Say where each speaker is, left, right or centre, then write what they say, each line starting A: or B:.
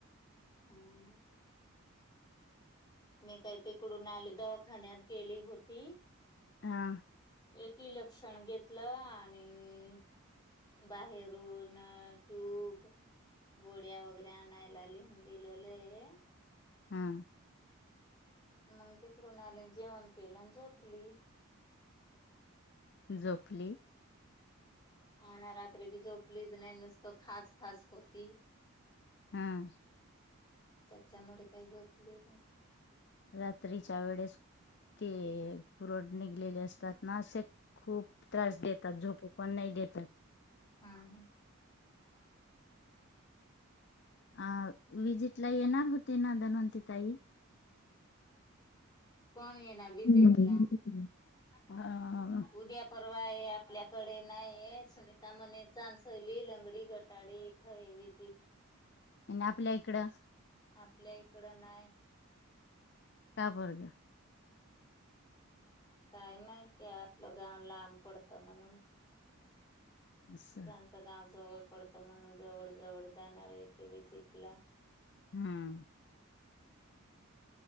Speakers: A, on the left; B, on the left.
A: हम मी काही तिकडून आली दवाखान्यात गेली होती
B: हा
A: एक लक्षण घेतलं आणि बाहेरून ट्यूब गोळ्या वगैरे आणायला लिहून ललेलंय
B: हम
A: मग ते कुणाली जेवण केलं झोटली
B: झोपली
A: आणि ना राात्री बीजो प्लीज नाही नुसत खास फास होती
B: हम्म
A: त्याच्यामुळे काही जोपले
B: रात्रीच्या वेळेस, ते पुरड निघलेले असतात ना असे खूप त्रास देतात झोपू पण नाही देतात.
A: हम्म हम्.
B: अ विजिट ला येणार होते ना दधनवंति ताई.
A: कोण येण्या <unintelligible>
B: हम्म अ
A: उद्या पर परवा आहे आपल्याकडे नाही हे सुनीता मणे चांसली लंगडी गटाडी इथ <unintelligible>
B: ए आपिल्या इकड
A: आपल्या इकडं नाही.
B: का बर्ग.
A: काय माहितीय आपलं गाव लांब पडतं म्हणून.
B: असं
A: त्यांचं गाव जवळ पडतं म्हणून जवळ जवळ जाणारे येते विजिट ला.
B: हम्म.